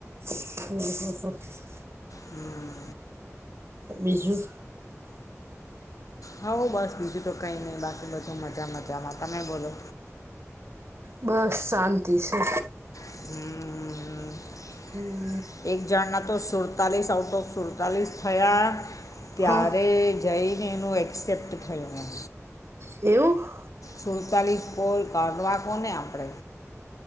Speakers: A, on the right; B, on the left.
A: હ.
B: હમ હમ.
A: બીજું?
B: હઉ બસ બીજું તો કંઈ નહીં બાકી બધું મજા મજામાં તમે બોલો.
A: બસ શાંતિ છે.
B: હમ હમ હમ.
A: હમ.
B: એક જણના તો સુડતાલીસ આઉટ ઓફ સુડતાલીસ થયા. ત્યારે
A: હા
B: જઈને એનું એક્સેપ્ટ થયું.
A: એવું?
B: સુડતાલીસ કોલ કાઢવા કો ને આપડે.